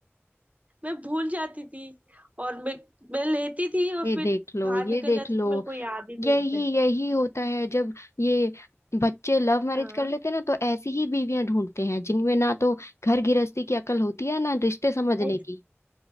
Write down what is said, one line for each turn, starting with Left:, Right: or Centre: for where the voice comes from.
Right: मैं भूल जाती थी और मैं मैं लेती थी और
Left: ये
Right: फिर
Left: देख लो
Right: बाहर
Left: ये
Right: निकल
Left: देख
Right: जाती
Left: लो
Right: थी मेरे को याद ही नहीं
Left: यही
Right: रहता
Left: यही होता है जब ये बच्चे लव मैरिज
Right: हाँ
Left: कर लेते हैं ना तो ऐसी ही बीवियां ढूंढते हैं जिनमें ना तो घर गृहस्थी की अकल होती है ना रिश्ते समझने
Right: ऐस-
Left: की